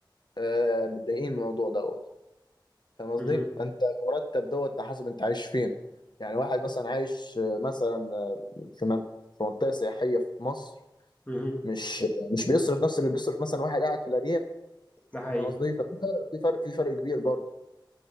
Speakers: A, on the left (about 60°); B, on the left (about 20°).
A: آه، متضايقين من الموضوع دوت فاهم قصدي
B: مهم.
A: فانت مرتب دوت على حسب انت عايش فين يعني واحد مثلا عايش آه، مثلا آه، في من- في منطقه سياحيه في مصر
B: مهم.
A: مش مش بيصرف نفس اللي بيصرف مثلا واحد قاعد في الارياف
B: ده حقيقي
A: فاهم قصدي ففي فرق في فرق في فرق كبير برضه